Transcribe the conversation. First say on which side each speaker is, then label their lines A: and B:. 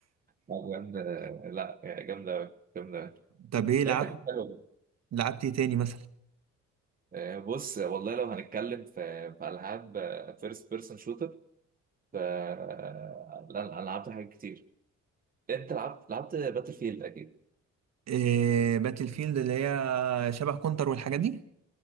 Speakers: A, on the right; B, on the right.
A: طب جامده لا يعني جامده أوي، جامده أوي.
B: طب ايه
A: لقيتك
B: لعبت
A: حلوه
B: لعبت ايه تاني مثلا
A: آه، بص والله لو هنتكلم في في العاب فيرست بيرسون شوتر ف آه، لا انا لعبت حاجات كتير انت لعبت لعبت باتل فيلد اكيد
B: إيه باتل فيلد اللي هي شبه كونتر والحاجات دي